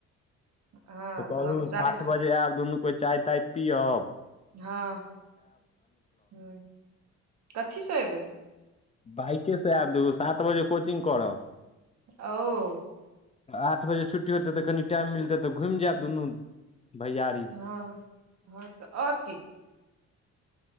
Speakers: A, on the right; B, on the left.
A: हँ
B: त कहलहु
A: तऽ हम साढ़े
B: आठ बजे आयब दुनू कोइ चाय ताय पिअब
A: हँ ह कथीसँ एबै
B: बाइके से आयब दबू सात बजे कोचिंग करब
A: ओ
B: आठ बजे छुट्टी होतै तऽ कनि टाइम मिलते तऽ घुम जायब दुनू भैयारी
A: हँ हँ तऽ आओर की